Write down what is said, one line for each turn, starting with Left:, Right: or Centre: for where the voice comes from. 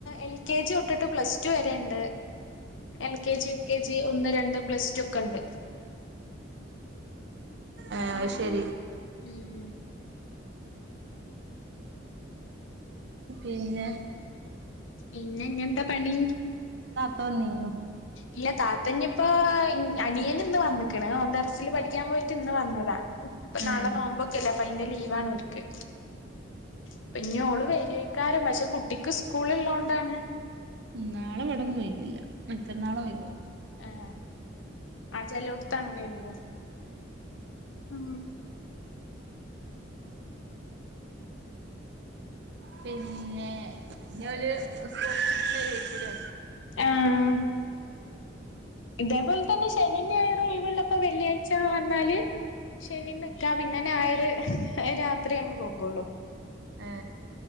Left: എൽ കെ ജി ഒട്ടിട്ട് പ്ലസ്ടു വരെയുണ്ട് L K G U K G ഒന്ന് രണ്ട് പ്ലസ് ടു ഒക്കെ ഉണ്ട്
Right: ആഹ് ശരി
Left: ഉം
Right: പിന്നെ
Left: പിന്നെ ഇന്നെന്താ പണി
Right: ആന്നീനൂ
Left: ഇല്ല താത്തഞ്ഞിപ്പോ അനിയൻ ഇന്ന് വന്നിക്കണ് ഓന്തറസില് പഠിക്കാൻ പോയിട്ട് ഇന്ന് വന്നതാ പ്പ
Right: ഉം
Left: നാളെ നോമ്പോക്കെല്ലേ അപ്പ അതിന്റെ ലീവാണ്ഓര്ക്ക് ഇപ്പ ഇനിയോള് വരിക്കാരൻ പക്ഷെ കുട്ടിക്ക് സ്കൂള് ഉള്ളോണ്ടാണ്
Right: നാളെ ഇവിടൊന്നും ഒയിവില്ല മറ്റന്നാള ഒയിവ്
Left: ആ ആ ചിലവത്തങ്ങണള്ളോ ഉ
Right: പിന്നെ ഇന്നല്സ്ക വീട്ടിന്നക്കൂല്ലേ
Left: ആഹ ഇതേപോലെ തന്നെ ശനിന്റെ യറ ഒഴവള്ളപ്പോ വെള്ളിയാഴ്ച വന്നാല് ശനി നക്കാ പിന്നെ ഞായർ രാത്രി അങ്ങ് പോകുള്ളു
Right: ഏ